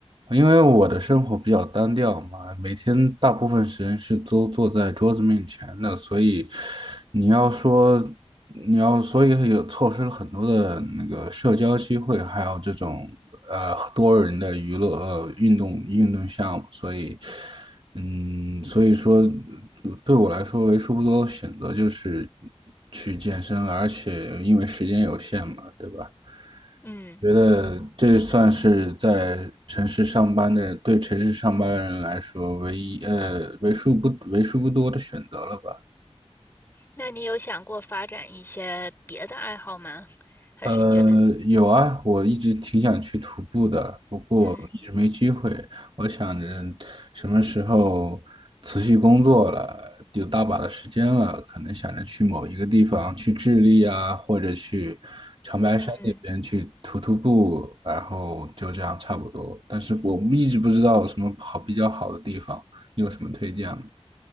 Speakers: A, on the right; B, on the left.
A: 因为我的生活比较单调嘛，每天大部分时间是都坐在桌子面前的，所以你要说你要，所以有错失了很多的那个社交机会，还有这种呃多人的娱乐呃运动运动项目，所以嗯，所以说对我来说为数不多的选择就是去健身了而且因为时间有限嘛，对吧？
B: 嗯，
A: 觉得这算是在城市上班的，对城市上班人来说唯一呃为数不为数不多的选择了吧。
B: 那你有想过发展一些别的爱好吗？还是你觉得，
A: 呃，有啊，我一直挺想去徒步的，不过一直没机会。
B: 嗯
A: 我想着什么时候辞去工作了，有大把的时间了，可能想着去某一个地方，去智利啊，或者去长白山那边去徒徒步，
B: 嗯。
A: 然后就这样差不多。但是我一直不知道有什么好比较好的地方，你有什么推荐吗？